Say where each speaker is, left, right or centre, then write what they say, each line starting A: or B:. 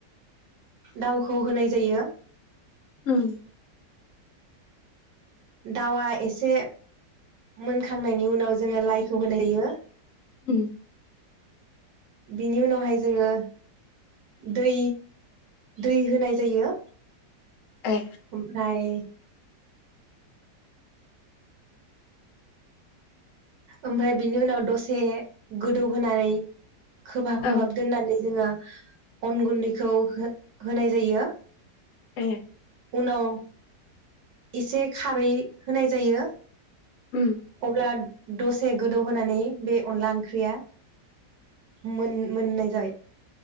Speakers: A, on the right; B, on the left.
A: दाउखौ होनाय जायो
B: उम
A: दाउआ एसे मोनखांनायनि उनाव जोङो लाइखौ होनाय जायो
B: उम
A: बेनि उनावहाय जोङो दै दै होनाय जायो
B: ए
A: ओमफ्राय ओमफ्राय बिनि उनाव दसे गोदौहोनानै खोबहाब
B: औ
A: खोबहाब दोननानै जोङो अन गुन्दैखौ हो होनाय जायो
B: ए
A: उनाव इसे खारै होनाय जायो
B: उम
A: अब्ला दसे गोदौ होनानै बे अनला ओंख्रिया मोन-मोननाय जायो